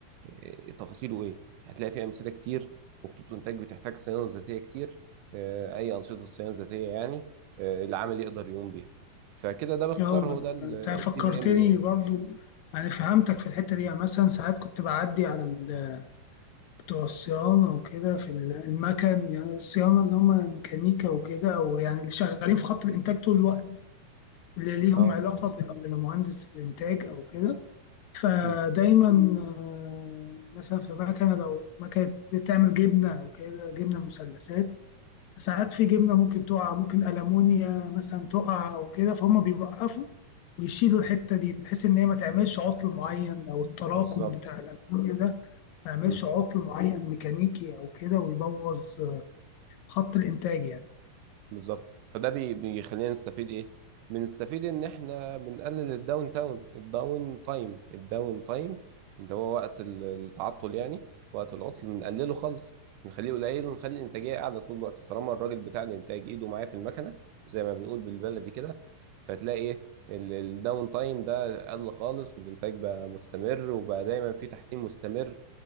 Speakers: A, on the right; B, on the left.
A: آه، تفاصيله ايه هتلاقي فيه امثله كتير وخطوط انتاج بتحتاج صيانه ذاتيه كتير آه، اي انشطه صيانه ذاتيه يعني آه، العامل يقدر يقوم بيها فكده ده باختصار
B: اه ما
A: هو
B: أنا-
A: ده التي
B: انت فكرتني
A: بي ام يعني
B: برضو يعني فهمتك في الحته دي يعني مثلا ساعات كنت بعدي على ال- بتوع الصيانه وكده في ال- المكن يعني الصيانه اللي هم ميكانيكا وكده او يعني اللي شغالين في خط الانتاج طول الوقت اللي ليهم
A: اه
B: علاقه بالمهندس الانتاج او كده فدايما
A: مم.
B: آه، مثلا في مكنه لو مكنه بتعمل جبنه او كده جبنه مثلثات ساعات في جبنة ممكن تقع ممكن ألمونيا مثلا تقع أو كده فهم بيوقفوا ويشيلوا الحتة دي بحيث إن هي ما تعملش عطل معين أو التراكم
A: بالظبط
B: بتاع الألمونيا ده ما يعملش
A: مم.
B: عطل معين ميكانيكي أو كده ويبوظ خط الإنتاج يعني
A: بالظبط فده بي- بيخلينا نستفيد ايه بنستفيد ان احنا بنقلل الداون تاون الداون تايم الداون تايم اللي هو وقت ال- التعطل يعني وقت العطل بنقلله خالص نخليه قليل ونخلي الانتاجيه قاعده طول الوقت طالما الراجل بتاع الانتاج ايده معاه في المكنه زي ما بنقول بالبلدي كده فتلاقي ايه الداون تايم ده قل خالص والانتاج بقى مستمر وبقى دايما في تحسين مستمر